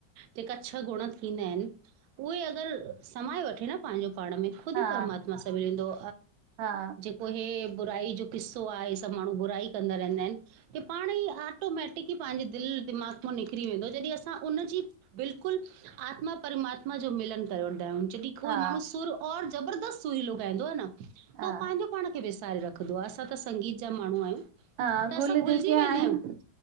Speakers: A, on the right; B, on the right.
A: जेका छह गुण थींदा आहिनि, उहे अगरि समाए वठे न पांहिंजो पाण में खुदि
B: हा
A: ई परमात्मा सां मिलंदो
B: हा
A: पो हे बुराई जो किस्सो आ हे सभु माण्हू बुराई कंदा रहंदा आहिनि की पाणे ई आटोमैटिकली पंहिंजे दिलि दिमाग़ मां निकिरी वेंदो जॾहिं असां उनजी बिल्कुलु आत्मा परमात्मा जो मिलन करे वठदाउंन जॾहिं कोई
B: हा
A: माण्हू सुर और जबरदस्त सुई लुगाइंदो आ न त
B: हा
A: हो पंहिंजो पाण खे विसारे रख दुआ सां त संगीत जा माण्हू आहियूं
B: हा
A: त
B: गुल
A: असां भुलिजी
B: जेके आहिनि
A: वेंदा आहियूं